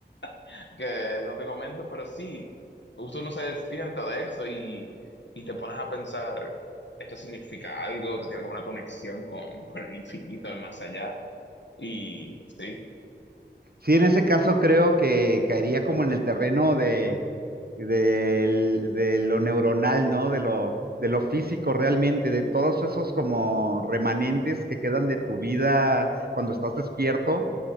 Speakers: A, on the left (about 75°); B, on the right (about 55°).
A: <laughs> que no te comento, pero sí, justo uno se despierta de eso y, y te pones a pensar, esto significa algo, esto tiene alguna conexión con, con el infinito, el más allá, y sí.
B: Sí, en ese caso creo que caería como en el terreno de, del- de lo neuronal, ¿no? De lo, de lo físico realmente, de todos esos como remanentes que quedan de tu vida cuando estás despierto.